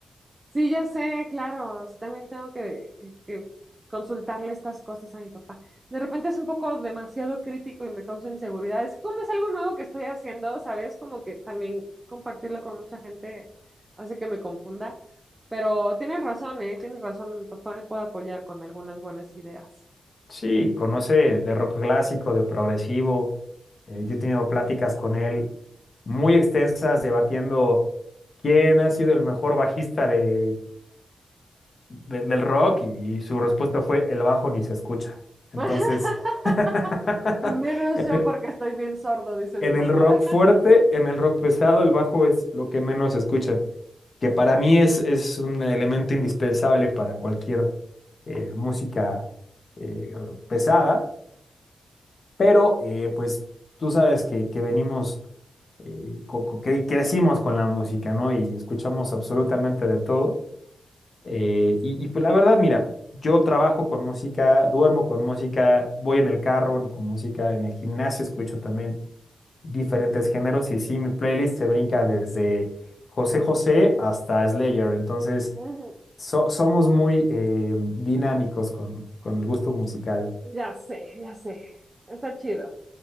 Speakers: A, on the right; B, on the left.
A: Sí, ya sé, claro, sí, también tengo que, que- que consultarle estas cosas a mi papá. De repente es un poco demasiado crítico y me causa inseguridad. Es que como es algo nuevo que estoy haciendo, ¿sabes? Como que también compartirlo con mucha gente hace que me confunda. Pero tienes razón, ¿eh? Tienes razón, mi papá me puede apoyar con algunas buenas ideas.
B: Sí, conoce de rock clásico, de progresivo. eh, yo he tenido pláticas con él muy extensas debatiendo quién ha sido el mejor bajista de, de- del rock y, y su respuesta fue el bajo ni se escucha. Entonces,
A: <laughs>
B: <laughs>
A: Y menos
B: en
A: yo porque estoy bien sordo, dice
B: En
A: mi papá.
B: el rock
A: <laughs>
B: fuerte, en el rock pesado, el bajo es lo que menos se escucha, que para mí es, es un elemento indispensable para cualquier eh, música eh, pesada, pero eh, pues tú sabes que, que venimos, eh, co- co- cre- crecimos con la música, ¿no? Y escuchamos absolutamente de todo. Eh, y, y, pues la verdad, mira, yo trabajo con música, duermo con música, voy en el carro con música, en el gimnasio escucho también diferentes géneros y sí, mi playlist se brinca desde José José hasta Slayer, entonces
A: Ujú,
B: so- somos muy eh, dinámicos con, con el gusto musical.
A: Ya sé, ya sé. Está chido.